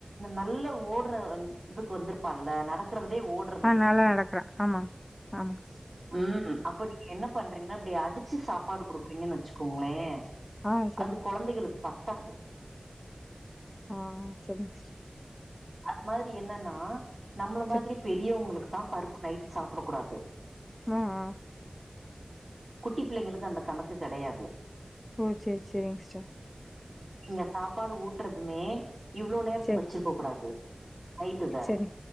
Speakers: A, on the right; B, on the left.
A: நல்ல ஓடுற இதுக்கு வந்திருப்பால்ல நடக்கறதுலயே ஓடு
B: ஆ நல்லா நடக்றா ஆமாங் ஆமாங்
A: ம் அப்ப நீங்க என்ன பண்றீங்கன்னா இப்டி அடிச்சு சாப்பாடு குடுக்குறீங்கன்னு வச்சுக்கோங்களே
B: ஆ செரிங்க
A: அது கொழந்தைகளுக்கு
B: சிஸ்
A: பத்தாது
B: ஆ சேரிங் சிஸ்டர்
A: அது மாரி என்னன்னா நம்மள
B: செர்
A: மாதிரி பெரியவுங்ளுகுதா பருப்பு நைட் சாப்புட கூடாது
B: அ ஆ
A: குட்டி பிள்ளங்களுக்கு அந்த கணக்கு கெடையாது
B: ஓ சேர் சேரிங் சிஸ்டர்
A: நீங்க சாப்பாடு ஊட்றதுமே இவ்ளோ நேரத்துக்கு
B: செரி
A: வச்சிருக்ககூடாது ஐட்டுத
B: செரி